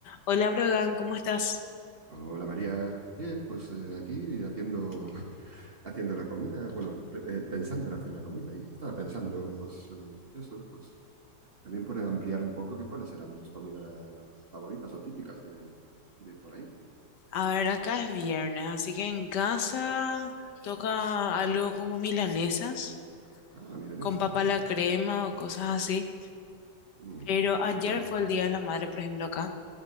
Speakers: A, on the left; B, on the right.
A: Hola, Brogan, ¿cómo estás?
B: Hola María, bien, pues eh, aquí haciendo, <laughs> haciendo la comida, bueno, eh, pensando en hacer la comida y estaba pensando, pues eh, eso, pues también por ampliar un poco que cuáles eran tus comidas favoritas o típicas de, de por ahí.
A: A ver, acá es viernes, así que en casa toca algo como milanesas,
B: Ah, milanesa.
A: con papa
B: Mm,
A: a la crema o cosas así.
B: mm,
A: Pero ayer
B: eso es.
A: fue el Día de la Madre, por ejemplo, acá.